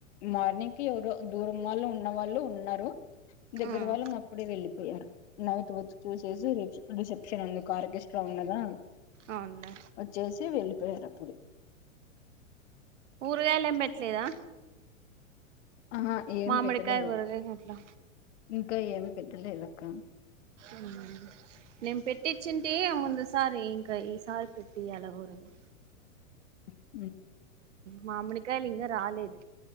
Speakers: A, on the left; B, on the right.
A: మార్నింగ్ క ఎవరో దూరం వాళ్ళ ఉన్నవాళ్ళు ఉన్నారు దగ్గర
B: ఉమ్
A: వాళ్ళం అప్పుడే వెళ్ళిపోయారు నైట్ వచ్చి చూసేసి రిసెప్షన్ ఎందుకు ఆర్కెస్ట్రా ఉన్నదా
B: అవునులే
A: వచ్చేసి వెళ్లిపోయారు అప్పుడు
B: కూరగాయలు ఏం పెట్టలేదా
A: ఆహా ఏం
B: మామడ
A: పెట్టలేదు
B: కాయ బర కాట్లా
A: ఇంకా ఏమి పెట్టలేలక్క
B: ఉమ్ నేను పెట్టిచ్చింటే ముందు సారి ఇంకా ఈ సారి పెట్టిలా కూఊరగా
A: ఆ
B: మామిణ కాలి ఇంకా రాలేదు